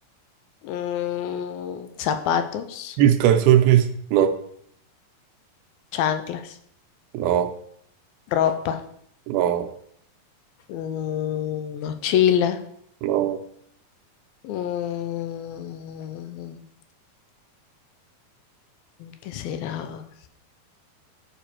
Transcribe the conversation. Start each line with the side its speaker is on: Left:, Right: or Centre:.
Left: mm, zapatos,
Right: Mis calzones. No,
Left: chanclas,
Right: no,
Left: ropa,
Right: no,
Left: mm, mochila,
Right: no.
Left: mm, ¿qué será?